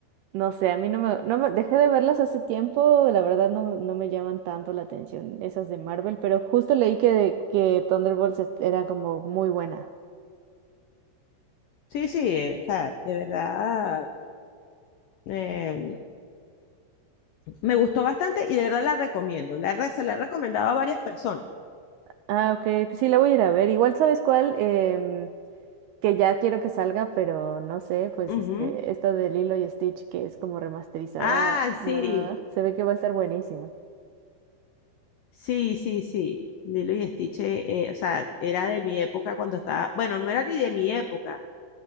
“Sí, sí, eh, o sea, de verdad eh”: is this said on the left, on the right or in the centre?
Left